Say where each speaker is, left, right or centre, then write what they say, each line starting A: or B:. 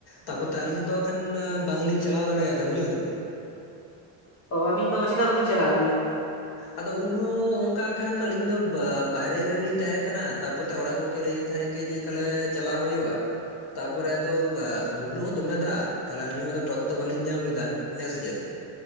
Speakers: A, on the left (about 55°); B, on the left (about 35°).
A: ᱛᱟᱯᱚᱨ ᱛᱚ ᱟᱹᱞᱤᱧ ᱦᱚᱸᱛᱚ ᱮᱠᱷᱟᱱ ᱵᱟᱝᱞᱤᱧ ᱪᱟᱞᱟᱣ ᱫᱟᱲᱮᱭᱟᱫᱟ ᱵᱩᱡᱷᱟᱹᱣ ᱫᱟᱹᱵᱤᱱ᱾
B: ᱚ ᱟᱵᱤᱱ ᱫᱚ ᱪᱮᱫᱟ ᱵᱟᱹᱵᱤᱱ ᱪᱟᱞᱟ ᱞᱮᱱᱟ?
A: ᱟᱫᱚ ᱩᱱᱦᱚᱸ ᱚᱱᱠᱟ ᱠᱷᱟᱱ ᱟᱹᱞᱤᱧ ᱫᱚ ᱵᱟᱭᱨᱮ ᱨᱮᱞᱤᱧ ᱛᱟᱦᱮᱸ ᱠᱟᱱᱟ ᱛᱟᱯᱚᱛᱮ ᱚᱲᱟᱜ ᱜᱚᱝᱠᱮ ᱞᱟᱹᱭ ᱛᱟᱦᱮᱸᱜ ᱜᱮ ᱡᱮ ᱛᱟᱦᱚᱞᱮ ᱪᱟᱞᱟᱣ ᱦᱩᱭᱩᱜᱼᱟ᱾ ᱛᱟᱯᱚᱨᱮ ᱟᱫᱚ ᱩᱱ ᱦᱤᱞᱳᱜ ᱦᱚᱸ ᱫᱚᱢᱮ ᱫᱟᱜ ᱛᱟᱦᱞᱮ ᱟᱹᱞᱤᱧ ᱦᱚᱸ ᱴᱚᱠ ᱫᱚ ᱵᱟᱹᱞᱤᱧ ᱧᱟᱢ ᱞᱮᱫᱟ᱾ ᱦᱮᱸ ᱥᱮ ᱪᱮᱫ?